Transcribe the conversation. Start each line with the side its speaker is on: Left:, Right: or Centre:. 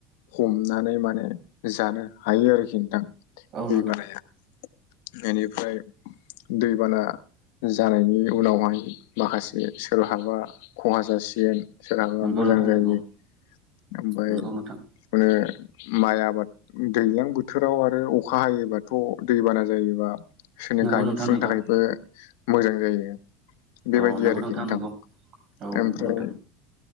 Left: हमनानै माने जानो हायो आरोखि नोंथां
Right: औ
Left: दैबानाया
Right: नोंथां
Left: इनिफ्राय दैबाना जानायनि उनावहाय माखासे सोरहाबा खहा जासिगोन सोरहाबा
Right: नंगौ
Left: मोजां
Right: नोंथां
Left: जायो
Right: नंगौ
Left: ओमफ्राय
Right: नंगौ नोंथां
Left: बेखौनो माइ आबाद दैज्लां बोथोराव आरो अखा हायोबाथ दैबाना जायोबा <unintelligible>
Right: नंगौ
Left: गायनो
Right: नोंथां
Left: फुनो
Right: नंगौ
Left: थाखायबो मोजां जायो बेबायदि
Right: औ नंगौ
Left: आरोखि नोंथां
Right: नंगौ औ
Left: ओमफ्राय
Right: नंगौ नोंथां